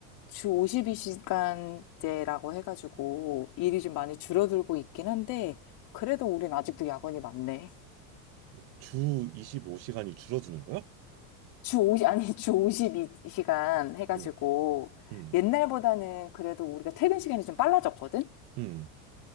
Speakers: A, on the left; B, on the right.
A: 주 52시간제라고 해가지고 일이 좀 많이 줄어들고 있긴 한데, 그래도 우린 아직도 야근이 많네.
B: 어, 주 25시간이 줄어드는 거야?
A: 주 50, 아니, <laughs> 주 52시간 해가지고,
B: 응, 음,
A: 옛날보다는 그래도 우리가 퇴근 시간이 좀 빨라졌거든?
B: 음,